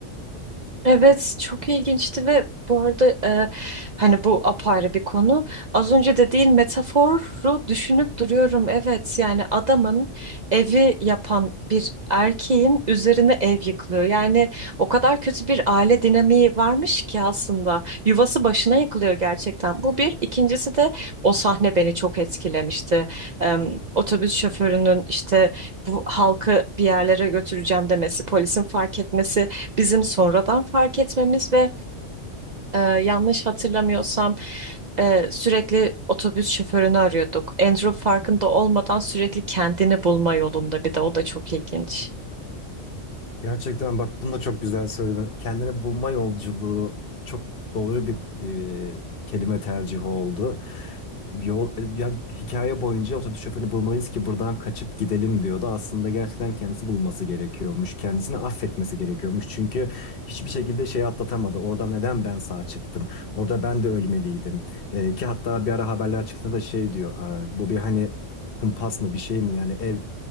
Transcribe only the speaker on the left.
Gerçekten bak bunu da çok güzel söyledin. Kendini bulma yolculuğu çok doğru bir e, kelime tercihi oldu. Yol, ya, hikaye boyunca otobüs şoförünü bulmalıyız ki buradan kaçıp gidelim diyordu. Aslında gerçekten kendisi bulması gerekiyormuş. Kendisini affetmesi gerekiyormuş. Çünkü hiçbir şekilde şeyi atlatamadı. Orada neden ben sağ çıktım? Orada ben de ölmeliydim. E, ki hatta bir ara haberler çıktığında da şey diyor. "Aa, Bu bir hani kumpas mı bir şey mi? Yani ev